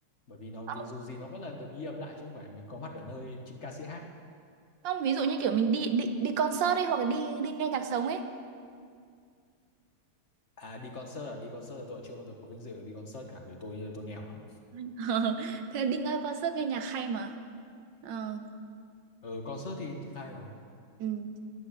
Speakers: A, on the left; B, on the right.
A: bởi vì nó
B: Không,
A: vì dù gì nó vẫn là được ghi âm lại chứ không phải mình có mặt ở nơi chính ca sĩ hát
B: không, ví dụ như kiểu mình đi đi đi concert ấy hoặc là đi đi nghe nhạc sống ấy.
A: à đi concert à đi concert là tôi chưa bao giờ có vinh dự đi concert cả vì tôi tôi nghèo lắm
B: <laughs> Thế đi nghe concert nghe nhạc hay mà. Ờ,
A: ừ concert thì hay mà
B: ừ.